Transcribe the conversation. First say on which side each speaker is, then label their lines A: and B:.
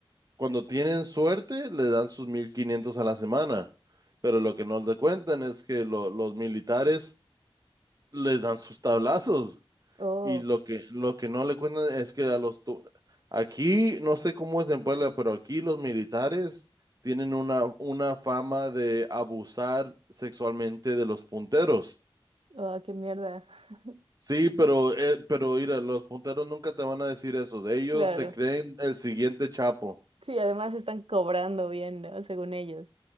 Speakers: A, on the right; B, on the right.
A: cuando tienen suerte, le dan sus 1500 a la semana. Pero lo que no le cuentan es que lo- los militares les dan sus tablazos.
B: Oh.
A: Y lo que, lo que no le cuentan es que a los... tu- Aquí, no sé cómo es en Puebla, pero aquí los militares tienen una, una fama de abusar sexualmente de los punteros.
B: Ah, qué mierda. <laughs>
A: Sí, pero, eh, pero mira, los punteros nunca te van a decir eso. Ellos
B: Claro.
A: se creen el siguiente Chapo.
B: Sí, además están cobrando bien, ¿no? Según ellos.